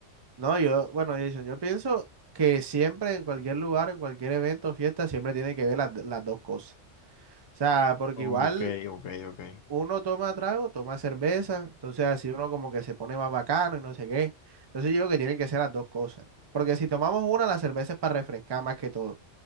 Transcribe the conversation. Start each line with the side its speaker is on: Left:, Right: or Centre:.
Right: No, yo, bueno, Jason, yo pienso que siempre en cualquier lugar, en cualquier evento, fiesta, siempre tiene que ver las, las dos cosas. O sea, porque
Left: Ok,
Right: igual
Left: ok, ok.
Right: uno toma trago, toma cerveza, entonces así uno como que se pone más bacano y no sé qué. Entonces yo digo que tienen que ser las dos cosas. Porque si tomamos una, la cerveza es para refrescar más que todo.